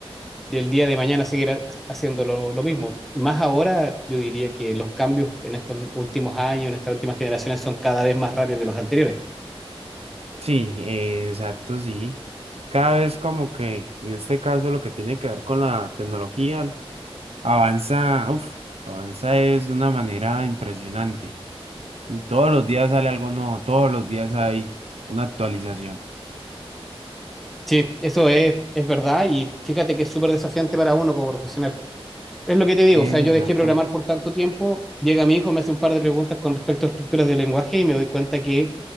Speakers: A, in the centre; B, on the right.
A: del día de mañana seguir ha- haciendo lo, lo mismo. Y más ahora, yo diría que los cambios en estos últimos años, en estas últimas generaciones, son cada vez más rápidos que los anteriores.
B: Sí, eh, exacto, sí. Cada vez como que en este caso lo que tiene que ver con la tecnología avanza, uff, avanza es de una manera impresionante. Y todos los días sale algo nuevo, todos los días hay una actualización.
A: Sí, eso es, es verdad y fíjate que es súper desafiante para uno como profesional. Es lo que te digo,
B: Exacto.
A: o sea, yo dejé programar por tanto tiempo, llega mi hijo, me hace un par de preguntas con respecto a estructuras de lenguaje y me doy cuenta que,